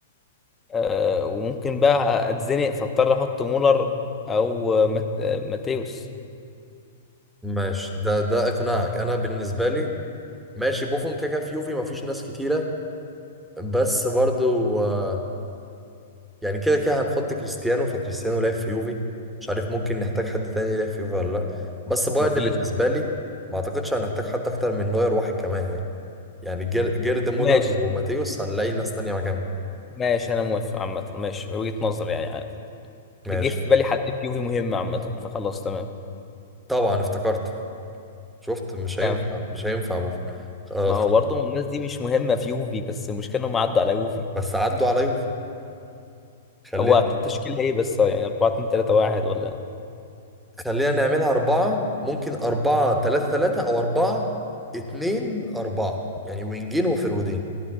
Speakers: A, on the left (about 15°); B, in the centre.
A: آه، وممكن بقى اتزنق فاضطر احط مولر او آه، مات- آه، ماتيوس
B: ماشي ده ده اقناعك انا بالنسبه لي ماشي بوفون كاكا في يوفي مفيش ناس كتيره بس برضو آه، يعني كده كده هنحط كريستيانو فكريستيانو لعب في يوفي مش عارف ممكن نحتاج حد تاني يلعب في يوفي ولا لا بس بايرن
A: مفيش
B: بالنسبة لي ما اعتقدش هنحتاج حد اكتر من نوير واحد كمان يعني يعني جير- جيرد مولر
A: ماشي
B: وماتيوس هنلاقي ناس تانية مكانهم
A: ماشي انا موافق عامه ماشي وجهة نظر يعني آه،
B: ماشي
A: جه في بالي حد في يوفي مهم عامه فخلاص تمام
B: طبعا افتكرت شفت مش هينفع
A: تمام
B: مش هينفع بوفون آه
A: ما هو برضه الناس دي مش مهمه في يوفي بس المشكله انهم عدوا على يوفي
B: بس عدوا على يوفي خلينا
A: هو التشكيل ايه بس آه، يعني 4 2 3 1 ولا
B: خلينا نعملها أربعة ممكن أربعة تلاتة تلاتة أو أربعة اتنين أربعة يعني وينجين وفرودين